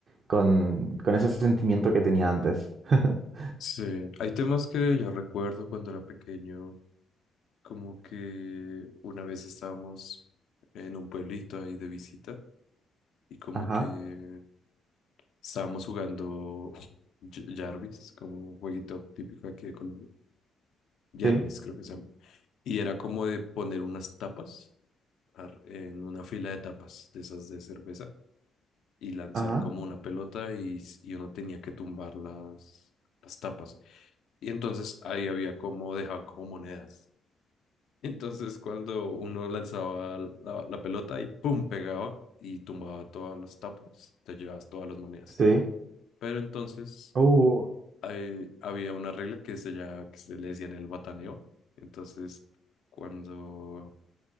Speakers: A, on the right; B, on the left.
A: con, con ese sentimiento que tenía antes. <laughs>
B: Sí, hay temas que yo recuerdo cuando era pequeño, como que una vez estábamos en un pueblito ahí de visita y como
A: Ajá,
B: que estábamos jugando <laughs> J- Jarvis, como un jueguito típico aquí de Colombia. Jermis
A: sí,
B: creo que se llama. Y era como de poner unas tapas ar- en una fila de tapas de esas de cerveza y lanzar
A: ajá,
B: como una pelota y, s- y uno tenía que tumbar las, las tapas. Y entonces ahí había como, dejaban como monedas. <laughs> Entonces cuando uno lanzaba la, la pelota y pum, pegaba y tumbaba todas las tapas, te llevabas todas las monedas.
A: sí.
B: Pero entonces
A: Uh,
B: ahí había una regla que se, ya, que se le decía en el bataneo. Entonces cuando